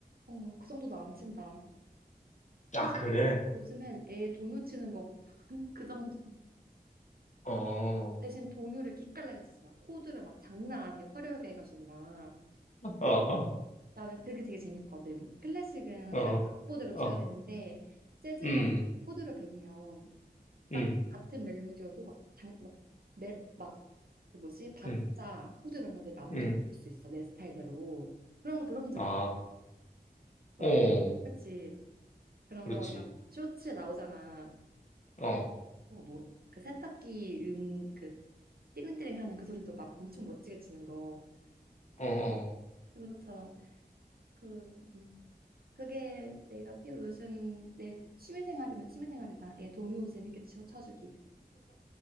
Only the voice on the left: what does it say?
아,
그래?
어, 어,
어,
어,
어,
음,
음,
음,
음.
아,
그, 어.
그렇지.
어,
어, 어.